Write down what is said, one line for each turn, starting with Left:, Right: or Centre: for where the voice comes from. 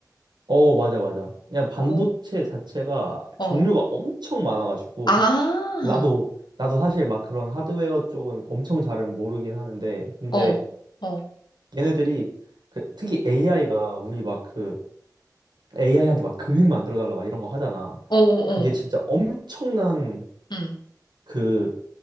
Right: 어, 맞아, 맞아. 그냥 반도체
Left: 오,
Right: 자체가
Left: 어.
Right: 종류가 엄청 많아가지고
Left: 아,
Right: 나도 나도 사실 막 그런 하드웨어 쪽은 엄청 잘은 모르긴 하는데 근데
Left: 어, 어,
Right: 얘네들이 그 특히 AI가 우리 막 그 AI한테 막 그림 만들어 달라 막 이런 거 하잖아.
Left: 어, 어,
Right: 그게
Left: 어,
Right: 진짜 엄청난
Left: 응,
Right: 그